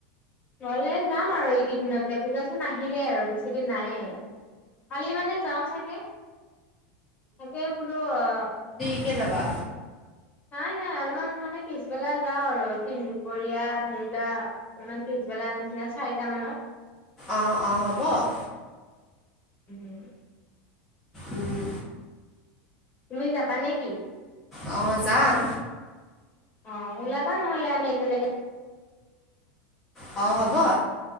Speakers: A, on the left; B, in the centre.
A: নহলে যাম আৰু এইকেইদিনতে পূজাচোন আহিলে আৰু বেছিদিন নাইয়ে। কালি মানে যাওঁ চাগে, তাকে বোলো আহ
B: কেতিয়া, যাবা?
A: নাই, নাই অলপমান মানে পিছবেলা যাওঁ আৰু তিন, দুপৰীয়া ধৰি লোৱা অলমান পিছবেলা। নিচিনা, চাৰিটা মানত।
B: অ', অ', হ'ব।
A: উম।
B: উম,
A: তুমি যাবা নে, কি?
B: অহ, যাম।
A: অ, ওলাবা নহলে আমি একেলগে
B: অ, হ'ব।